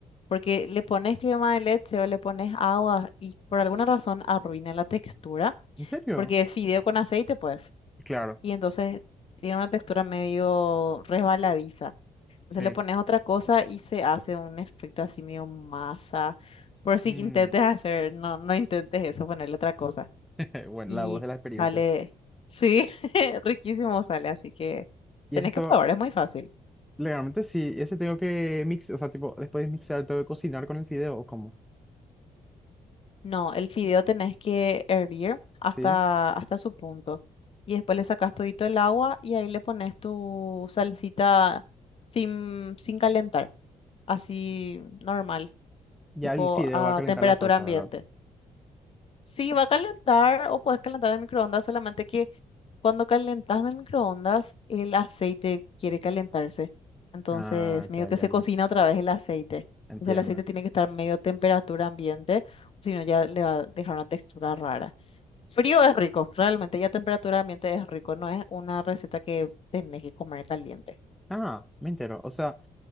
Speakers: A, on the left (about 45°); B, in the centre.
A: porque le pones crema de leche o le pones agua y por alguna razón arruina la textura,
B: ¿En serio?
A: porque es fideo con aceite, pues,
B: Claro,
A: y entonces tiene una textura medio resbaladiza. Entonces
B: sí.
A: le pones otra cosa y se hace un efecto así medio masa. Por si
B: Mm,
A: intentes hacer, no, no intentes eso, ponerle otra cosa.
B: <laughs> Bueno,
A: Y
B: la voz de la experiencia.
A: sale, sí, <laughs> riquísimo sale, así que
B: Y
A: tenés
B: eso todo.
A: que probar, es muy fácil.
B: Legalmente sí, ese tengo que mixar, o sea, tipo, después de mixar tengo que cocinar con el fideo, ¿o cómo?
A: No, el fideo tenés que hervir hasta,
B: ¿Sí?
A: hasta su punto. Y después le sacas todito el agua y ahí le pones tu salsita sin, sin calentar, así normal, tipo
B: Ya el fideo
A: a
B: va a calentar
A: temperatura
B: la salsa,
A: ambiente.
B: ¿verdad?
A: Sí, va a calentar o puedes calentar en el microondas, solamente que cuando calentas en el microondas, el aceite quiere calentarse. Entonces,
B: Ah,
A: medio
B: ya,
A: que
B: ya,
A: se
B: ya,
A: cocina otra vez el aceite.
B: entiendo.
A: Entonces, el aceite tiene que estar medio temperatura ambiente, si no ya le va a dejar una textura rara. Frío es rico, realmente ya temperatura ambiente es rico, no es una receta que tenés que comer caliente.
B: Ah, me entero, o sea,